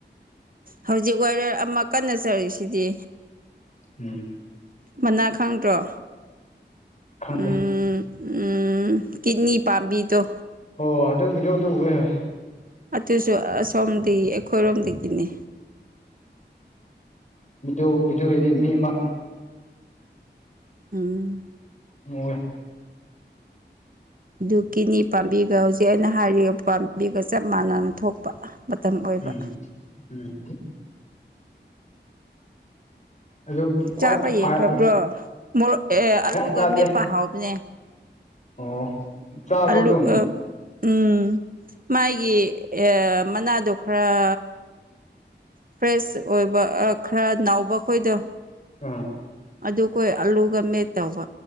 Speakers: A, on the right; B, on the left.
A: ꯍꯧꯖꯤꯛ ꯋꯥꯔꯦ ꯑꯃ ꯀꯟꯅ ꯆꯔꯤꯁꯤꯗꯤ
B: ꯎꯝ
A: ꯃꯅꯥ ꯈꯪꯗ꯭ꯔꯣ
B: ꯈꯪꯗꯦ
A: ꯎꯝ ꯎꯝ ꯀꯤꯠꯅꯤ ꯄꯥꯝꯕꯤꯗꯣ
B: ꯍꯣꯏ ꯑꯗꯨ ꯕꯤꯗꯤꯌꯣꯗꯣ ꯎꯕꯦ ꯍꯣꯏ
A: ꯑꯗꯨꯁꯨ ꯑꯁꯣꯝꯗꯒꯤ ꯑꯩꯈꯣꯏꯔꯣꯝꯗꯒꯤꯅꯤ
B: ꯃꯤꯑꯣ ꯑꯣꯗꯤ ꯃꯤ ꯑꯃ
A: ꯎꯝ
B: ꯎꯦ
A: ꯑꯗꯨ ꯀꯤꯅꯤ ꯄꯥꯝꯕꯤꯒ ꯍꯧꯖꯤꯛ ꯑꯩꯅ ꯍꯥꯏꯔꯤꯕ ꯄꯥꯝꯕꯤꯒ ꯆꯞ ꯃꯥꯟꯅꯅ ꯊꯣꯛꯄ ꯃꯇꯝ ꯑꯣꯏꯕ
B: ꯎꯝ ꯎꯝ ꯑꯗꯨ ꯈ꯭ꯋꯥꯏ
A: ꯆꯥꯕ
B: ꯐꯥꯔ
A: ꯌꯦꯡꯈ꯭ꯔꯕ꯭ꯔꯣ ꯃꯣꯔꯣꯛ ꯑꯦ ꯑꯂꯨꯒ
B: ꯆꯥꯗꯦ
A: ꯃꯦꯠꯄ ꯍꯥꯎꯕꯅꯦ
B: ꯑꯣ ꯆꯥꯕ
A: ꯑꯜꯂꯨ
B: ꯑꯗꯨꯝ
A: ꯎꯝ ꯃꯥꯒꯤ ꯃꯅꯥꯗꯣ ꯈꯔ ꯐ꯭ꯔꯦꯁ ꯑꯣꯏꯕ ꯈꯔ ꯅꯥꯎꯕ ꯈꯣꯏꯗꯣ
B: ꯎꯝ
A: ꯑꯗꯨꯈꯣꯏ ꯑꯂꯨꯒ ꯃꯦꯠ ꯇꯧꯕ